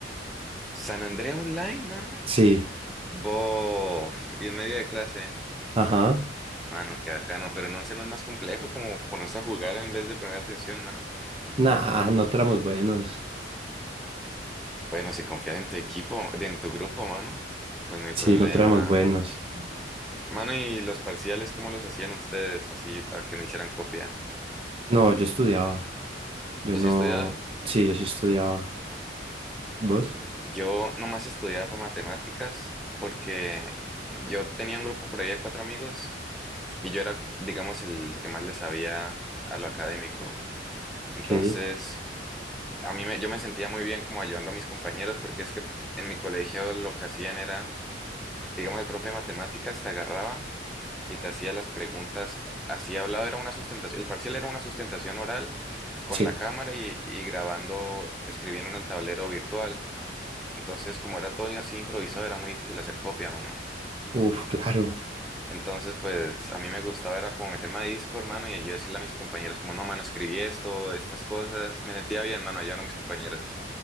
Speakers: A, in the centre; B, on the right.
A: San Andrea Online, mano.
B: Sí.
A: Bof, y en medio de clase,
B: Ajá.
A: mano, que acá no, pero no sé, no es más complejo como ponerse a jugar en vez de poner atención, mano.
B: Nah, no éramos buenos.
A: Bueno, si confías en tu equipo, en tu grupo, mano, pues no hay
B: Sí,
A: problema.
B: no éramos buenos.
A: Mano, ¿y los parciales cómo los hacían ustedes así para que no hicieran copia?
B: No, yo estudiaba. Yo
A: Pues
B: no.
A: sí estudiaba
B: Sí, yo sí estudiaba. ¿Vos?
A: Yo nomás estudiaba para matemáticas porque yo tenía un grupo por ahí de cuatro amigos y yo era, digamos, el que más le sabía a lo académico. Entonces,
B: ¿Qué?
A: a mí me, yo me sentía muy bien como ayudando a mis compañeros porque es que en mi colegio lo que hacían era, digamos, el profe de matemáticas te agarraba y te hacía las preguntas así hablado, era una sustentación, el parcial era una sustentación oral con
B: Sí.
A: la cámara y, y grabando, escribiendo en el tablero virtual. Entonces, como era todo así improvisado, era muy difícil hacer copia, mano.
B: Uf, claro.
A: Entonces, pues a mí me gustaba, era como meterme a disco, hermano, y yo decirle a mis compañeros, como, no, mano, escribí esto, estas cosas. Me sentía bien, mano, ayudando a mis compañeros.